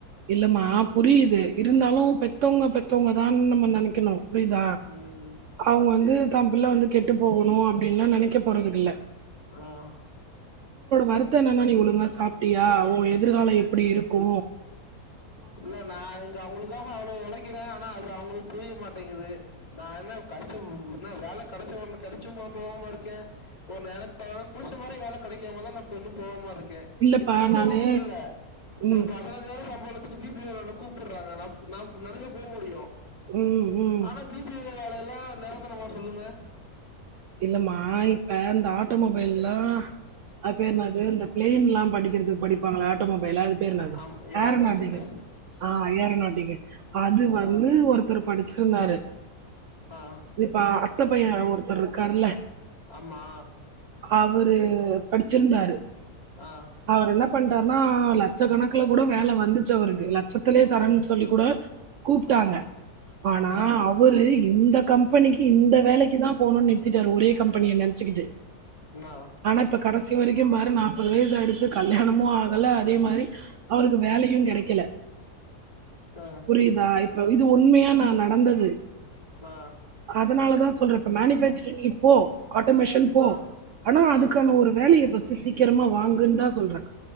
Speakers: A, on the right; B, on the left.
A: இல்லமா புரியுது இருந்தாலு பெத்தவுங்க பெத் தவங்கதான்னு நம்ம நெனைக்கணு புரியுதா
B: உம்
A: அவங்க வந்து தன் பிள்ள வந்து கெட்டுப் போகணு அப்டின்லா நெனைக்க போறதில்ல.
B: ஆஹ்
A: வருத்தோ என்னன்னா நீ ஒழுங்கா சாப்ட்டியா உன் எதிர்காலோ எ ப்டி இருக்கு
B: இல்ல நா இங்க அவுங்களுக்காக அவ்ளவு ஒழைக்கிறே ஆனா அது அவுங்களுக்கு புரிய மாட்டேங்குது நா என்ன கஷ்ட என்ன வேல கெடைச்சு கெடைச்சுமா போகாம இருக்கே ஒரு எனக்கு தகுந்த புடிச்ச மாரி வேல கெடைக்காமதா நா இன்னு போகாம இருக் கே
A: இல்லப்பா
B: இப்ப கூட
A: நானு
B: ஒன்னு இல்ல இப்ப
A: ம்,
B: பதனஞ்சாயிர சம்பளத் துக்கு பி பி ஓ ல என்ன கூப்பட்றாங்க நா நா நெனச்சா போமுடியு
A: ம், ம்.
B: ஆனா பி பி ஓ வேல எல்லாம் நெரந்தனமா சொல்லுங்க
A: இல்லமா இப்ப இந்த ஆட்டோ மொபைல்லாம் அது பேரு என்னது இந்த பிளைன்லாம் படி எடுத்து படிப்பாங்களா ஆட்டோமொபைலா அது பேர் என்னாது
B: ஆம் ஏரோநாட்டிக்ஸ்
A: ஆரோநாட்டிகள் ஆ ஏரோநாட்டிக்கல் அது வந்து
B: ஆ
A: ஒருத்தர் படிச்சு சொன்னாரு
B: ஆ
A: இப்பா அத்த பையன் ஒருத்தரு வர்ல
B: ஆமா
A: அவரு ரு படி இருந்தாரு
B: ஆ
A: அவுரு என்ன பண்ட்டாருனா லட்ச கணக்குல கூட வேலை வந்துச்சு அவுருக்கு லட்சத்திலயே தரேன்னு சொல்லி கூட கூப்ட்டாங்க
B: ஆ
A: ஆனா
B: ஆ
A: அவுரு இந்த கம்பெனிக்கு இந்த வேலைக்கு தான் போணும்னு போய்ட்டாரு ஒரே கம்பெனிய நினைச்சுக்கிட்டு
B: அண்ணா.
A: ஆனா இப்ப கடைசி வரைக்கும் பாரு நாற்பது வயசு அடுத் து கல்யாணமும் ஆகல அதே மாரி அவுருக்கு வேலையும் கெடைக்கல
B: ஆ
A: புரியிதா இப்ப இது உண்மையா நான் நடந்தது
B: ஆ
A: அதனாலதான் சொ இப்ப மேனிஃபேச் நீ போ ஆட்டோமேஷன் போ
B: ஆ
A: ஆனா அதுக்கான
B: ஆ
A: ஒரு வேலைய ஃபஸ் சீக்கிரமா வாங்குன்னு தான் சொல்றேன்